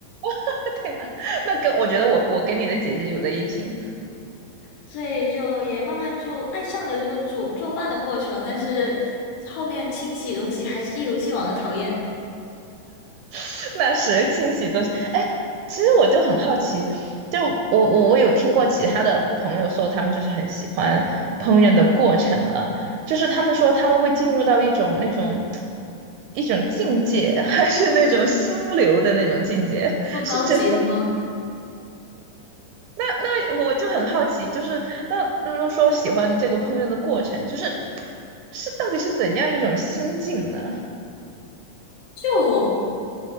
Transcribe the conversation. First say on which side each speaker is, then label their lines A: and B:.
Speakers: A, on the right; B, on the left.
A: <laughs> 天呐，那跟我觉得我我跟你的姐姐有的一拼。
B: 所以就也慢慢就爱上了这个煮做饭的过程，但是后面清洗东西还是一如既往的讨厌，
A: <laughs> 那是清洗东西。哎，其实我就很好奇，就我我我有听过其他的朋友说，他们就是很喜欢烹饪的过程啊，就是他们说他们会进入到一种那种一种境界，<laughs> 还是那种心流的那种境界，
B: 那么高级的吗？
A: 是真的吗那那我就很好奇，就是那那么说喜欢这个烹饪的过程，就是是到底是怎样一种心境呢？
B: 就。